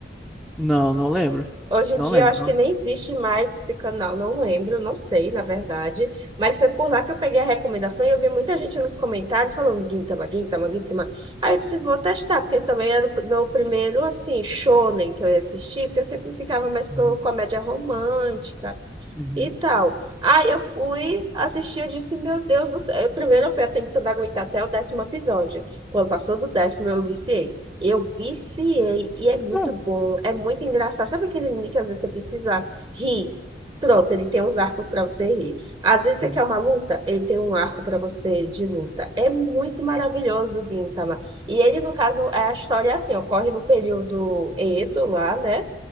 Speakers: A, in the centre; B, on the right (about 25°).
A: Não, não lembro.
B: Hoje em
A: Não
B: dia,
A: lembro.
B: eu acho
A: Não.
B: que nem existe mais esse canal, não lembro, não sei, na verdade. Mas foi por lá que eu peguei a recomendação e eu vi muita gente nos comentários falando Gintama, Gintama, Gintama. Aí eu disse, vou testar, porque também era o meu primeiro, assim, shonen que eu ia assistir, porque eu sempre ficava mais pro
A: Uhum,
B: comédia romântica
A: uhum,
B: e tal. Aí eu fui assistir, eu disse, meu Deus do céu. Eu, primeiro eu fui tentando aguentar até o décimo episódio. Quando passou do décimo, eu viciei. Eu viciei e é muito
A: Não.
B: bom, é muito engraçado. Sabe aquele anime que às vezes você precisa rir? Pronto, ele tem uns arcos para você rir. Às vezes você
A: uhum,
B: quer uma luta, ele tem um arco para você de luta. É muito maravilhoso o Gintama. E ele, no caso, é a história é assim, ocorre no período Edo lá, né?